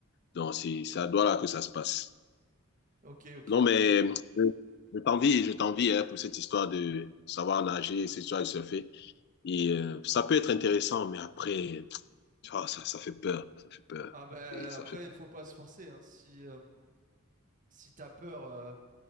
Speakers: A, on the left; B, on the right.
A: Donc, c'est, c'est à Douala que ça se passe.
B: Ok, ok.
A: Non, mais, euh, je t'envie, je t'envie, hein, pour cette histoire de savoir nager, cette histoire de surfer. Et euh, ça peut être intéressant, mais après, ah, ça, ça fait peur. Ça fait peur.
B: Ah ben
A: Et ça
B: après,
A: fait
B: il faut pas se forcer, hein. Si euh, si t'as peur, euh,